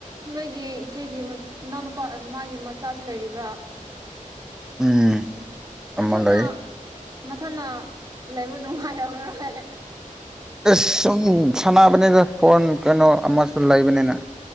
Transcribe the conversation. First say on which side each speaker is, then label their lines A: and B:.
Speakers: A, on the right (about 20°); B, in the centre.
A: ꯅꯣꯏꯒꯤ ꯏꯆꯦꯒꯤ ꯃꯅꯥꯎꯅꯨꯄꯥ ꯑ ꯃꯥꯒꯤ ꯃꯆꯥꯁꯨ ꯂꯩꯔꯤꯕ꯭ꯔꫭ
B: ꯎꯝ
A: ꯃꯊꯟꯅ
B: ꯑꯃ ꯂꯩ
A: ꯃꯊꯟꯅꯥ ꯂꯩꯕ ꯅꯨꯡꯉꯥꯏꯔꯝ ꯃꯔꯣꯏ
B: ꯏꯁ ꯁꯨꯝ ꯁꯥꯟꯅꯕꯅꯤꯗ ꯐꯣꯟ ꯀꯩꯅꯣ ꯑꯃꯁꯨ ꯂꯩꯕꯅꯤꯅ